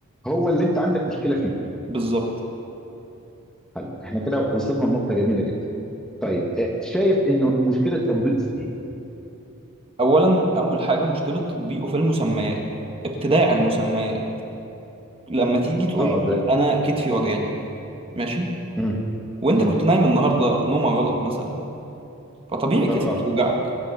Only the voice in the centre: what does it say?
هو اللي انت عندك مشكله فيه
حلو احنا كده وصلنا لنقطه جميله جدا طيب آه، شايف انه مشكله تطبيقه في ايه؟
اه
ده
مم.
مم.
اه